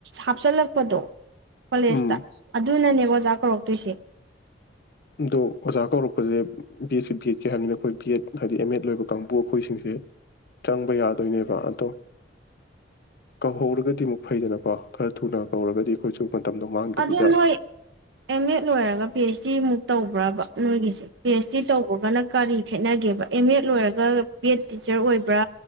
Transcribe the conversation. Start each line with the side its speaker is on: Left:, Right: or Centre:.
Right: ꯍꯥꯞꯆꯤꯜꯂꯛꯄꯗꯣ ꯀꯣꯂꯦꯖꯇ
Left: ꯎꯝ
Right: ꯑꯗꯨꯅꯅꯦꯕ ꯑꯣꯖꯥ ꯀꯧꯔꯛꯇꯣꯏꯁꯦ
Left: ꯑꯗꯣ ꯑꯣꯖꯥ ꯀꯧꯔꯛꯄꯁꯦ ꯕꯤ ꯑꯦꯠꯁꯤꯦ ꯕꯤ ꯑꯦꯠꯀꯤꯦ ꯍꯥꯏꯕꯅꯤꯅ ꯑꯩꯈꯣꯏ ꯕꯤ ꯑꯦꯗ ꯍꯥꯏꯗꯤ ꯑꯦꯝ ꯑꯦꯗ ꯂꯣꯏꯕ ꯀꯥꯡꯕꯨ ꯑꯩꯈꯣꯏꯁꯤꯡꯁꯦ ꯆꯪꯕ ꯌꯥꯗꯣꯏꯅꯦꯕ ꯑꯗꯣ ꯀꯧꯍꯧꯔꯒꯗꯤ ꯑꯃꯨꯛ ꯐꯩꯗꯅꯀꯣ ꯈꯔ ꯊꯨꯅ ꯀꯧꯔꯒꯗꯤ ꯑꯩꯈꯣꯏꯁꯨ ꯃꯇꯝꯗꯣ ꯃꯥꯡꯗꯕꯤꯗ
Right: ꯑꯗꯨ ꯅꯣꯏ ꯑꯦꯝ ꯑꯦꯗ ꯂꯣꯏꯔꯒ ꯄꯤ ꯑꯩꯩꯆ ꯗꯤ ꯃꯨꯛ ꯇꯧꯕ꯭ꯔꯕ ꯅꯣꯏꯒꯤꯁꯦ ꯄꯤ ꯑꯦꯁ ꯇꯤ ꯇꯧꯕꯒꯅ ꯀꯔꯤ ꯈꯦꯠꯅꯒꯦꯕ ꯑꯦꯝ ꯑꯦꯗ ꯂꯣꯏꯔꯒ ꯄꯤ ꯑꯦꯗ ꯇꯤꯆꯔ ꯑꯣꯏꯕ꯭ꯔꯥ